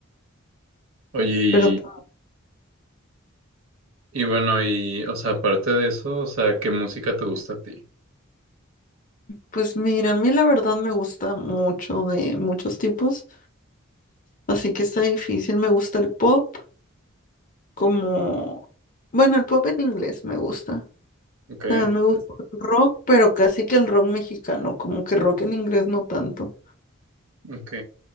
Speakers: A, on the right; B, on the left.
A: Oye,
B: Pero t-
A: Y bueno, y, o sea, aparte de eso, o sea, ¿qué música te gusta a ti?
B: pues mira, a mí la verdad me gusta mucho de muchos tipos, así que está difícil. Me gusta el pop, como, bueno, el pop en inglés me gusta.
A: Ok,
B: También me gusta el rock, pero casi que el rock mexicano, como que rock en inglés no tanto.
A: ok,